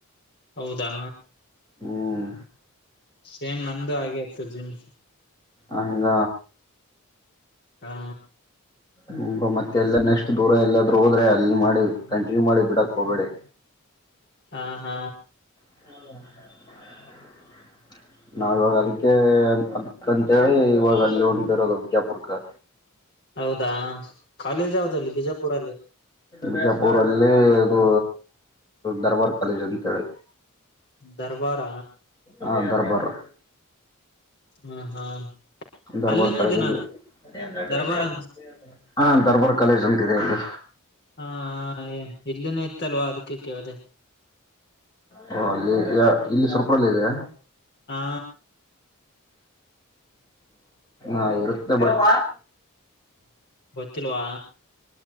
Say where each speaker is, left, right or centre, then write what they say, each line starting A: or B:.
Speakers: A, on the left (about 50°); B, on the left (about 20°).
A: ಹೌದಾ.
B: ಹ್ಮ್
A: ಶೆಮ್ ನಮ್ದು ಆಗೆ ಆತ್ತು ಜಿಮ್.
B: ಹಂಗ.
A: ಹಾ
B: ಹೆಂಗೋ ಮತ್ತೆ ಎಲ್ಲ ನೆಸ್ಟ್ ದೂರ ಎಲ್ಲಾದ್ರು ಹೋದ್ರೆ ಅಲ್ಲಿ ಮಾಡಿ ಕಂಟಿನ್ಯೂ ಮಾಡಿ ಬಿಡಕ್ ಹೋಗಬೇಡಿ.
A: ಹಾ ಹಾ.
B: <inaudible> ನಾವ ಇವಾಗ ಅದಕ್ಕೆ ಅದಂತೇಳಿ ಇವಾಗ ಅಲ್ಲಿ ಹೊಂಟಿರೋದು ವಿಜಾಪುರಕ್ಕೆ.
A: ಹೌದಾ ಕಾಲೇಜ್ ಯಾವ್ದಲ್ಲಿ ಬಿಜಾಪುರಲ್ಲಿ.
B: ಬಿಜಾಪುರ ಅಲ್ಲಿ ಇದು ದರ್ಬಾರ್ ಕಾಲೇಜ್ ಅಂತೇಳಿ.
A: ದರ್ಬಾರ.
B: ಹಾ ದರ್ಬರ್.
A: ಹಾ ಹಾ.
B: ದರ್ಬಾರ್
A: ಅಲ್ಲಿನೂ
B: ಕಾಲೇಜಲ್ಲಿ
A: ಇದೆನಾ
B: <unintelligible>
A: ದರ್ಬಾರ್ ಅಂತ
B: ಹಾ ದರ್ಬಾರ್ ಕಾಲೇಜ್ ಅಂತ ಇದೆ ಅಲ್ಲಿ.
A: ಹಾ ಇಲ್ಲಿನು ಇತ್ತಲ್ವಾ ಅದಕ್ಕೆ ಕೇಳ್ದೆ.
B: ಹ ಅಲ್ಲಿ ಇಲ್ಲಿ ಸುರ್ಪುರಲ್ಲ ಇದೆಯಾ.
A: ಹಾ
B: ಅ ಇರುತ್ತ ಬಿಡ್.
A: ಗೊತ್ತಿಲ್ವಾ